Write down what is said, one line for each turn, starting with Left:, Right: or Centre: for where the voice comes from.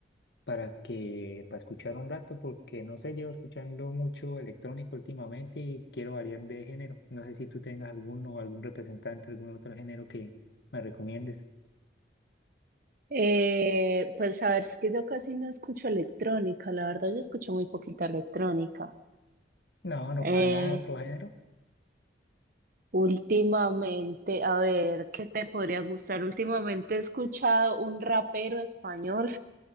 Left: para que, para escuchar un rato, porque no sé, llevo escuchando mucho electrónico últimamente y quiero variar de género. No sé si tú tengas alguno o algún representante, algún otro género que me recomiendes.
Right: Eh, pues a ver, es que yo casi no escucho electrónica, la verdad yo escucho muy poquita electrónica.
Left: No, no para
Right: Eh,
Left: nada, otro género.
Right: últimamente, a ver, ¿qué te podría gustar? Últimamente he escuchado un rapero español